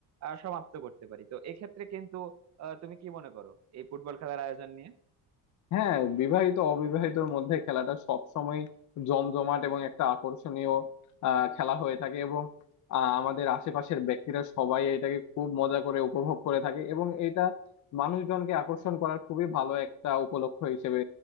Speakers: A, on the right (about 45°); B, on the left (about 50°).
A: আহ, সমাপ্ত করতে পারি তো এক্ষেত্রে কিন্তু আহ, তুমি কি মনে করো এই ফুটবল খেলার আয়োজন নিয়ে
B: হ্যাঁ বিবাহিত অবিবাহিতর মধ্যে খেলাটা সব সময় জমজমাট এবং একটা আকর্ষণীয় আহ, খেলা হয়ে থাকে এবং আহ, আমাদের আশেপাশের ব্যক্তিরা সবাই এটাকে খুব মজা করে উপভোগ করে থাকে এবং এটা মানুষজনকে আকর্ষণ করার খুবই ভালো একটা উপলক্ষ হিসেবে